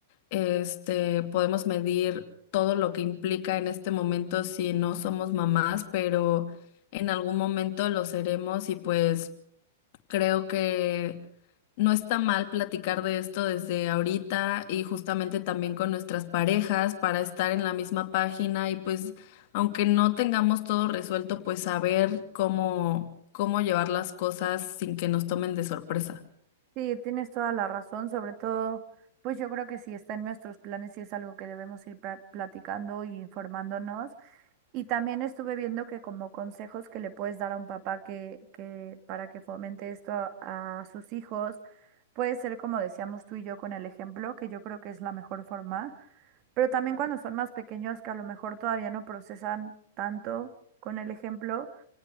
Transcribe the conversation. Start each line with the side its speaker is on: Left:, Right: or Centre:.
Left: este, podemos medir todo lo que implica en este momento si no somos mamás, pero en algún momento lo seremos y pues creo que no está mal platicar de esto desde ahorita y justamente también con nuestras parejas para estar en la misma página y pues aunque no tengamos todo resuelto, pues saber cómo cómo llevar las cosas sin que nos tomen de sorpresa.
Right: Sí, tienes toda la razón, sobre todo, pues yo creo que sí está en nuestros planes y es algo que debemos ir pra- platicando y informándonos. Y también estuve viendo que como consejos que le puedes dar a un papá que, que para que fomente esto a, a sus hijos, puede ser como decíamos tú y yo con el ejemplo, que yo creo que es la mejor forma, pero también cuando son más pequeños que a lo mejor todavía no procesan tanto con el ejemplo